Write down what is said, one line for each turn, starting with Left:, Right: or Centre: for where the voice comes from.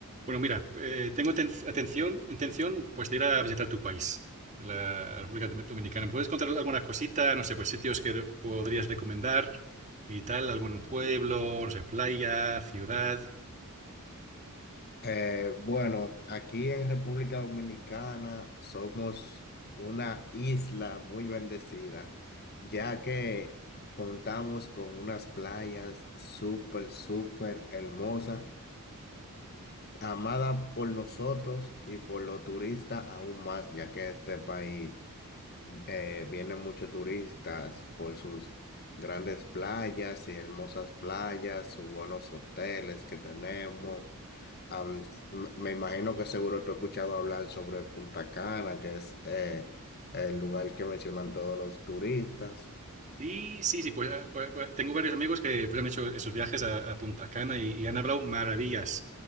Right: Bueno, mira, eh, tengo ten- atención, intención pues de ir a visitar tu país, la República Dom- Dominicana. ¿Me puedes contar alguna cosita? No sé, pues sitios que re- podrías recomendar y tal, algún pueblo, no sé, playa, ciudad.
Left: Eh, bueno, aquí en República Dominicana somos una isla muy bendecida, ya que contamos con unas playas súper, súper hermosas, amadas por nosotros y por los turistas aún más, ya que este país eh, vienen muchos turistas por sus grandes playas y hermosas playas, sus buenos hoteles que tenemos. Am, me me imagino que seguro tú has escuchado hablar sobre Punta Cana, que es eh, el lugar que mencionan todos los turistas.
Right: Sí, sí, sí, pues, ah, bu- bu- tengo varios amigos que pues, han hecho esos viajes a, a Punta Cana y, y han hablado maravillas,